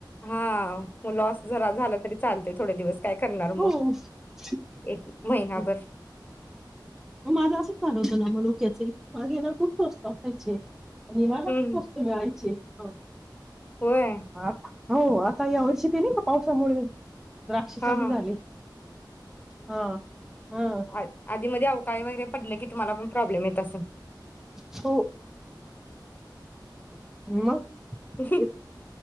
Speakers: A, on the left; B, in the centre.
A: हां व लॉस जरा झाला तरी चालतय थोड दिवस काय करणार मग
B: हो हो
A: एक महिनाभर
B: म माझं असंच झाल होत ना मनुक्याचे मागे ना खूप सोसताव त्यांचे विमानात
A: हम्म
B: स्वस्त मिळायचे. हा.
A: होय
B: <inaudible> हो आता या वर्षी ते नाही का पावसामुळे द्राक्ष
A: हा
B: चालू
A: हा
B: झाली. हा. हा
A: आय आधी मधी अवकाळी वगैरे पडल की तुम्हाला पण प्रॉब्लेम येत असलं?
B: हो.
A: <inaudible>
B: मग तेच